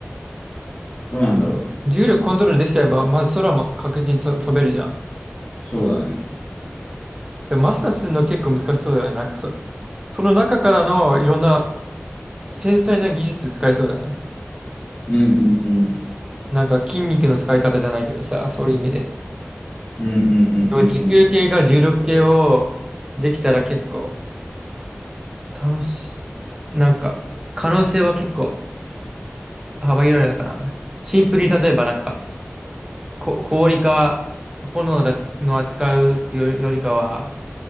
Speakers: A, on the left; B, on the right.
A: どうなんだろう。
B: 重力コントロールできちゃえば、まず空も確実にと飛べるじゃん。
A: そうだね。
B: でマスターするの結構難しそうだよね。なんかそ、その中からのいろんな繊細な技術使えそうだね。
A: うんうんうん。
B: なんか筋肉の使い方じゃないけどさ、そういう意味で。
A: うんうんうんうんうん。
B: でも持久系か重力系をできたら結構楽しい。なんか可能性は結構幅広いのかな。シンプルに例えばなんかこ氷か炎だの扱うっていうよりかは